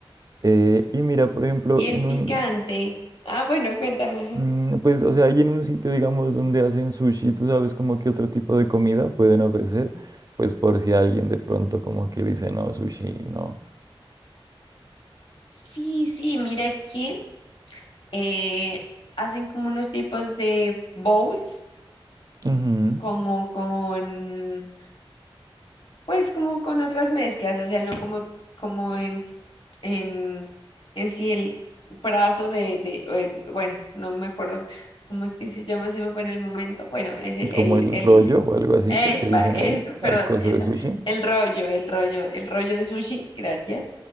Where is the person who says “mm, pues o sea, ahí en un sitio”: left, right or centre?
Right